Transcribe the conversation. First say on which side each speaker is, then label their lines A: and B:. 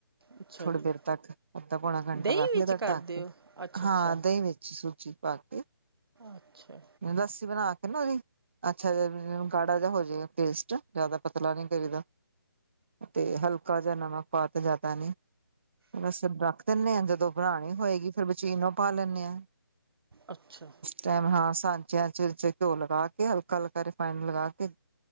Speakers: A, on the right (about 80°); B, on the right (about 30°).
A: ਅੱਛਾ
B: ਥੋੜੀ
A: ਜੀ
B: ਦੇਰ ਤੱਕ ਅੱਧਾ ਪੌਣਾ ਘੰਟਾ
A: ਦਹੀਂ
B: ਰੱਖ
A: ਵਿੱਚ
B: ਲਈਦਾ
A: ਕਰਦੇ
B: ਢੱਕ ਕੇ।
A: ਹੋ ਅੱਛਾ
B: ਹਾਂ
A: ਅੱਛਾ
B: ਦਹੀਂ ਵਿੱਚ ਸੂਜੀ ਪਾ ਕੇ।
A: ਅੱਛਾ
B: ਲੱਸੀ ਬਨਾ ਕੇ ਨਾ ਉਹਦੀ ਅੱਛਾ ਜਦੋਂ ਗਾੜਾ ਜਿਹਾ ਹੋ ਜੇ ਪੇਸਟ ਜਿਆਦਾ ਪਤਲਾ ਨੀ ਕਰੀਦਾ ਤੇ ਹਲਕਾ ਜਿਹਾ ਨਮਕ ਪਾਕੇ ਜਿਆਦਾ ਨੀ, ਬਸ ਫਿਰ ਰੱਖ ਦਿੰਨੇ ਆੰ ਜਦੋਂ ਬਨਾਨੀ ਹੋਏਗੀ ਫਿਰ ਮਸ਼ੀਨ ਔ ਪਾ ਲੈਂਨੇ ਆ
A: ਅੱਛਾ
B: ਟਾਈਮ ਹਾਂ ਸਾਂਚਿਆਂ ਚ ਘਿਓ ਲਗਾ ਕੇ ਹਲਕਾ-ਹਲਕਾ ਰਿਫਾਈਨ ਲਗਾ ਕੇ